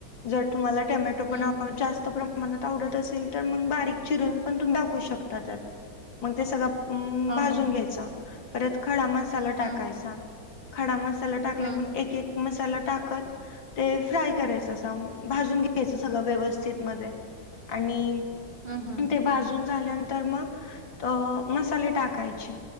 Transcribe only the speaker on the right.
हं.
हां,
हां.
हं,
हं.
हम्म हम्म.